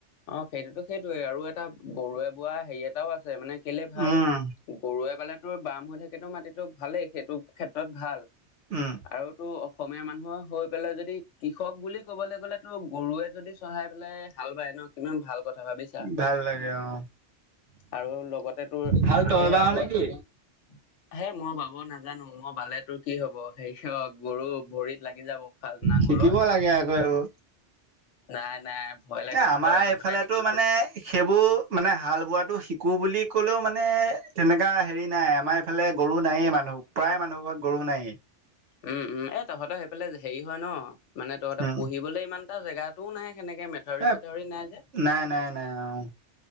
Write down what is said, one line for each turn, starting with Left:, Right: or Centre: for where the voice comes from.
Left: অ', সেইটোতো সেইটোয়ে আৰু এটা গৰুৱে বোৱা হেৰি এটাও আছে মানে কেলে ভাল
Right: উম
Left: গৰুৱে পালে তো বাম হৈ থাকেতো মাটিতটো ভালেই সেইটো ক্ষেত্ৰত ভাল।
Right: উম।
Left: আৰু তো অসমীয়া মানুহৰ হৈ পেলাই যদি কৃষক বুলি ক'বলৈ গ'লে তো গৰুৱে যদি চহাই পেলাই হাল বাই ন কিমান ভাল কথা ভাবিছা
Right: ভাল লাগে অ'।
Left: আৰু লগতে তোৰ
Right: ভাল তই
Left: এই
Right: বাও
Left: আগত
Right: নেকি?
Left: হে মই বাব নাজানো মই বালে তো কি হ'ব হব সেয়ত গৰু ভৰিত লাগি যাব। ভাল নাঙলৰ
Right: শিকিব লাগে আকৌ এইবোৰ।
Left: নাই, নাই ভয় লাগে।
Right: এ আমাৰ
Left: ভয় যহতে
Right: এইফালেতো
Left: নিশিকো
Right: মানে সেইবোৰ মানে হাল বোৱাটো শিকো বুলি ক'লেও মানে তেনেকা হেৰি নাই আমাৰ ইফালে গৰু নায়েই মানুহক প্ৰায় মানুহকত গৰু নায়েই।
Left: উম', উম' এ তহঁতৰ সেইফালে হেৰি হয় ন' মানে তহঁতৰ
Right: উম,
Left: পুহিবলৈ ইমান এটা জেগাতও ন সেনেকে মেথৰি
Right: এ
Left: চেথৰি নাই যে
Right: নাই, নাই, নাই অ'।